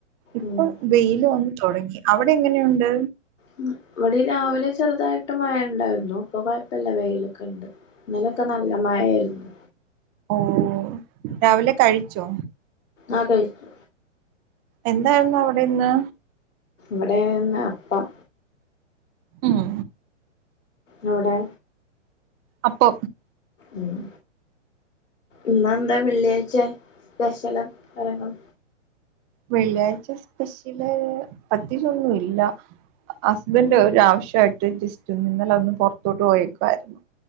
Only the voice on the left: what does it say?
ഉം
ഉം വെടീം രാവിലെ ചെറ്തായിട്ട് മയെണ്ടായ്ര്ന്നു പ്പം കൊയെപ്പല്ല വെയ്ലൊക്കെണ്ട് ഇന്നലൊക്കെ നല്ല മയേയ്ര്ന്നു
ആഹ് കഴിച്ചു
വെടേ ന്ന് അപ്പം
യൊവ്ടേ
ഉം ഇന്നെന്താ വെള്ള്യായ്ച്ചേ സ്പെഷലും കരങ്ങളും